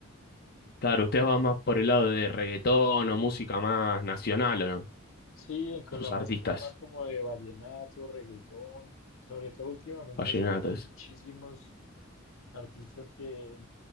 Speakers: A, on the left (about 45°); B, on the left (about 75°).
A: Claro, usted va más por el lado de reggaetón o música más nacional, ¿o no?
B: Sí, en Colombia
A: Sus artistas,
B: somos más como de vallenato, reggaetón. Sobre todo últimamente
A: vallenatos.
B: han salido muchísimos artistas que